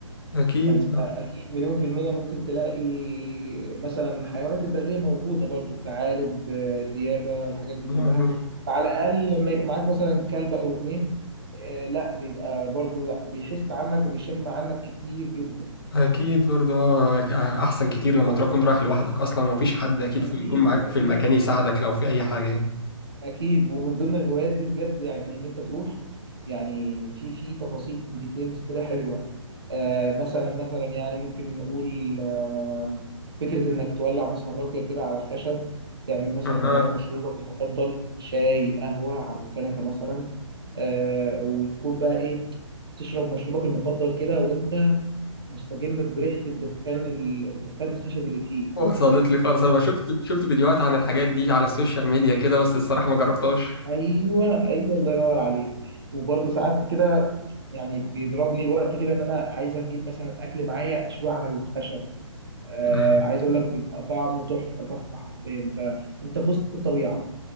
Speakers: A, on the left; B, on the right.
A: اكيد
B: فانت اكيد مليون في المية ممكن تلاقي مثلا حيوانات البرية موجودة برضو الثعالب آه، الديابة الحاجات دي كلها
A: آه،
B: فعلى الاقل لما يبقى معاك مثلا كلب او اتنين آه، لا بيبقى برضو لا بيحس عنك وبيشم عنك كتير جدا
A: اكيد برضو اه أك- آه، احسن كتير لما تكون رايح لوحدك اصلا ومفيش حد اكيد
B: اكيد
A: في يكون معاك
B: اكيد
A: في المكان يساعدك لو في اي حاجه يعني
B: اكيد ومن ضمن الهوايات دي بجد يعني ان انت تروح يعني في في تفاصيل وديتيلز كده حلوه آه مثلا مثلا يعني ممكن نقول آه فكره انك تولع مثلا راكيه كده على الخشب تعمل مثلا
A: اها
B: عليها مشروبك المفضل شاي قهوه على الكنكه مثلا آه وتكون بقى ايه تشرب مشروبك المفضل كده وانت مستجم بريحه الدخان الدخان الخشب اللي فيه
A: وصلت لي خالص انا شفت شفت فيديوهات عن الحاجات دي على السوشيال ميديا كده بس الصراحه ما جربتهاش
B: ايوه ايوه الله ينور عليك وبرضه ساعات كده يعني بيضربني الوقت كده ان انا عايز اجيب مثلا اكل معايا اشويه على الخشب آه
A: أها.
B: عايز اقول لك بيبقى طعمه تحفه تحفه حرفيا انت انت في وسط الطبيعه